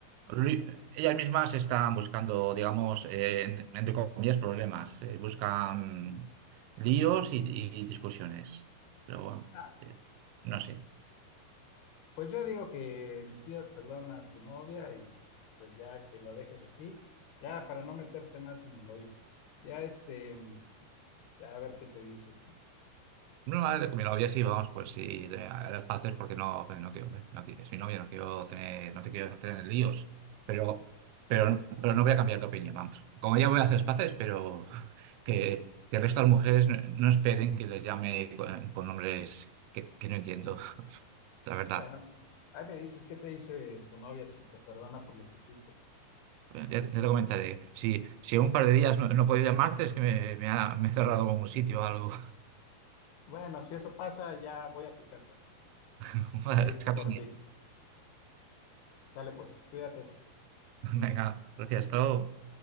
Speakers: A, on the right; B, on the left.
A: Lu- ellas mismas están buscando, digamos, eh, en- entre comillas, problemas, eh, buscan líos y, y discusiones. Pero bueno,
B: Ah,
A: eh, no sé.
B: pues yo digo que le pidas perdón a tu novia y pues ya que la dejes así, ya para no meterte más en el hoyo, ya este, ya a ver qué te dice.
A: No, vale, con mi novia sí, vamos, pues sí, de- a las paces porque no, no quiero, no quiero, soy novia, no quiero tener, no te quiero tener líos, pero, pero, pero no voy a cambiar de opinión, vamos. Como ya voy a hacer las paces, pero <laughs> que, que el resto de las mujeres no, no esperen que les llame con, con nombres que, que no entiendo, <laughs> la verdad.
B: Bueno, ahí me dices qué te dice tu novia si te perdona por lo que hiciste.
A: Ya, ya te comentaré, si, si en un par de días no, no he podido llamarte es que me, me ha, me he cerrado algún sitio o algo.
B: Bueno, si eso pasa, ya voy a tu casa.
A: <laughs>
B: Ahí
A: Escápame.
B: por ti. Sale pues, cuídate.
A: Venga, gracias, hasta luego.